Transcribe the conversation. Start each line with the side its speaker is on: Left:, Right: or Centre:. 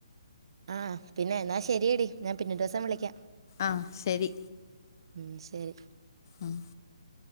Right: ആഹ് പിന്നെ എന്നാ ശരിയടി ഞാൻ പിന്നെ ഒരു ദിവസം വിളിക്കാം.
Left: ആഹ് ശരി
Right: ഉം ശരി
Left: ഉം
Right: <inaudible>